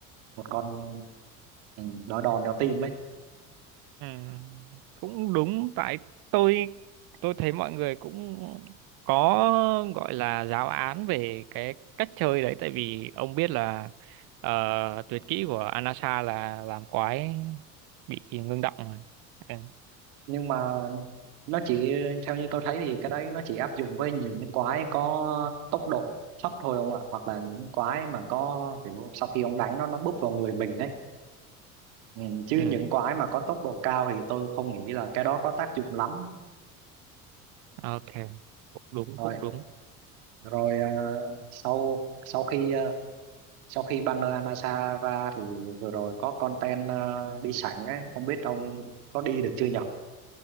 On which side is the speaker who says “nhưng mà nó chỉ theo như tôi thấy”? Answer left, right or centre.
Right